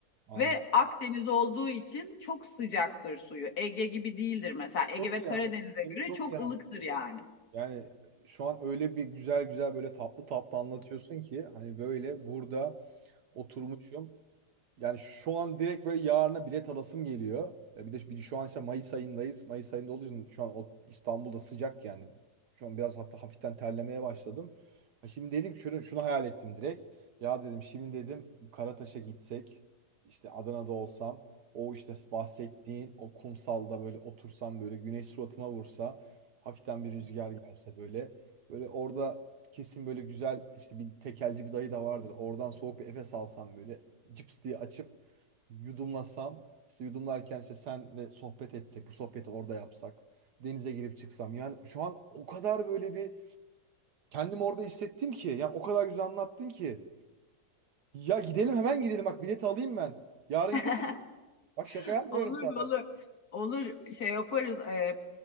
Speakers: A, on the right; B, on the left.
A: anladım.
B: ve Akdeniz olduğu için çok sıcaktır suyu. Ege gibi değildir mesela. Ege
A: Çok
B: ve
A: iyi
B: Karadeniz'e
A: anladım. Seni
B: göre
A: çok
B: çok
A: iyi anladım.
B: ılıktır yani.
A: Yani şu an öyle bir güzel güzel böyle tatlı tatlı anlatıyorsun ki hani böyle burada oturmuşum. yani şu an direkt böyle yarına bilet alasım geliyor. E bir de bir, de şu an işte Mayıs ayındayız. Mayıs ayında olduğu için şu an o İstanbul'da sıcak yani. Şu an biraz hatta hafiften terlemeye başladım. Ha Şimdi dedim ki şunu, şunu hayal ettim direkt. Ya dedim şimdi dedim Karataş'a gitsek işte Adana'da olsam o işte bahsettiğin o kumsalda böyle otursam böyle güneş suratıma vursa hafiften bir rüzgar gelse böyle böyle orada kesin böyle güzel işte bir tekelci bir dayı da vardır. Oradan soğuk bir Efes alsam böyle cips diye açıp yudumlasam işte yudumlarken işte senle sohbet etsek bu sohbeti orada yapsak denize girip çıksam yani şu an o kadar böyle bir kendimi orada hissettim ki yani o kadar güzel anlattın ki ya gidelim hemen gidelim bak bileti alayım ben yarın
B: <laughs>
A: gidelim bak şaka yapmıyorum
B: Olur
A: sana
B: olur. Olur şey yaparız. Ee,